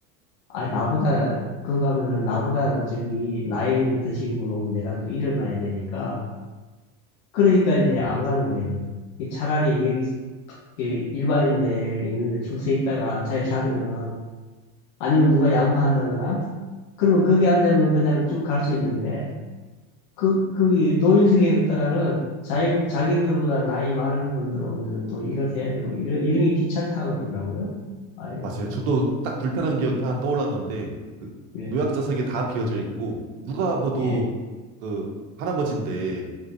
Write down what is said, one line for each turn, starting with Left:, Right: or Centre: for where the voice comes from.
Left: 아, 나보다, 그거 가면은 나보다 저기 나이 드신 분 오면 내가 또 일어나야 되니까. 그러니까 이제
Right: 음,
Left: 안 가는 데요 차라리 여기 이렇게 일반인들 있는데 줄 서 있다가 잘 자면은 아니면 누가 양보한다거나 그러면 거기 앉으면 그냥 쭉 갈 수 있는데, 그, 거기 노인석에 갔다가는 자기, 자기들보다 나이 많은 분들 오면은 또 일어서야 되고, 이런, 이런 게 귀찮다고 그러더라고요. 아이고,
Right: 맞아요. 저도 딱 불편한 기억이 하나 떠올랐는데, 그
Left: 예,
Right: 노약자석이 다 비어져 있고, 누가 봐도
Left: 예,
Right: 그 할아버지인데